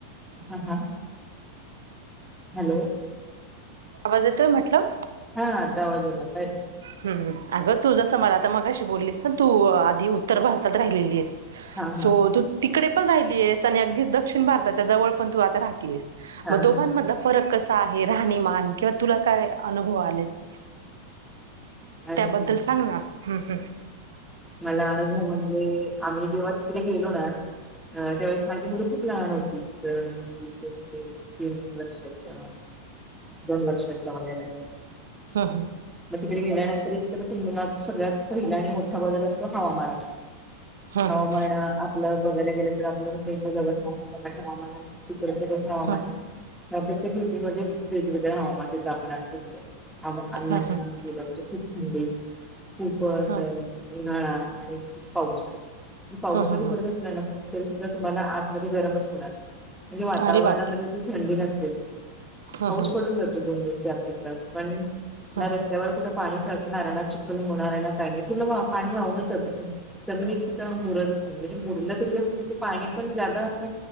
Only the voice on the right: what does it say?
आवाज येतोय म्हटलं.
हम अगं तुझस मला आता मगाशी बोललीस ना तू आधी उत्तर भारतात राहिलेली आहेस.
सो
तू तिकडे पण राहिली आहेस, आणि अगदी दक्षिण भारताच्या जवळ पण तू आता राहती आहेस.
मग
दोघांमधला फरक कसा. आहे राहणीमान किंवा तुला काय अनुभव आलेत?
त्याबद्दल सांग ना. हम्म, हम्..
हा हा..
हं
हं
हं
हं हं
हं
हं
हं हं
अरे बापरे!
हं
हं
हं